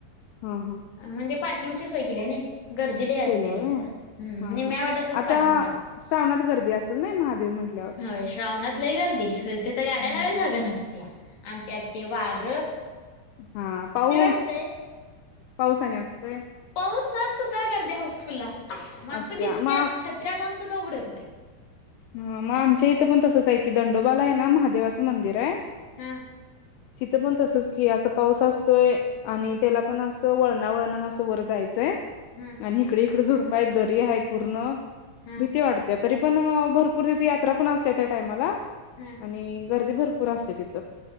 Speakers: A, on the left; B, on the left.
A: हां हां.
B: आं म्हंणजे पार्किंगची सोय केल्या नाही गर्दीलय असत्या
A: केल्या व्हय
B: तिथं हुं
A: हा
B: निम्या
A: हा
B: वाटातच
A: आता
B: पार्किंग करत्यात.
A: श्रावणात गर्दी असेल ना महादेव म्हटल्यावर
B: होय श्रावणात लय गर्दी तिथं गाड्या
A: हा
B: लावायला
A: हा
B: जागा नसत्या. त्या आणि त्यात ते वार
A: हां पाऊ
B: <unintelligible>
A: पाऊस आणि असतोय?
B: पावसात सुध्दा गर्दी होऊसफुल्ल आस माणसं
A: असत्या
B: भिजत्यात
A: मग
B: छत्र्या कोण सुद्धा उघडत नाही.
A: हा मग आमच्या <unintelligible> दंडोबाला आहे नां महादेवाचं मंदिर आहे.
B: हां-
A: तिथं पण तसचं की असं पाऊस असतोय आणि
B: हम्म
A: त्याला पण असं- तो वळणा वळणान असं वर जायचांय
B: हम्म
A: आणि इकडे इकडे झुडप आहेत दरी आहे पूर्ण
B: हम्म
A: भीती वाटत्या तरी पण भरपूर तिथे यात्रा पण असत्या त्या टाइमाला
B: हम्म
A: आणि- गर्दी भरपूर असत्या तित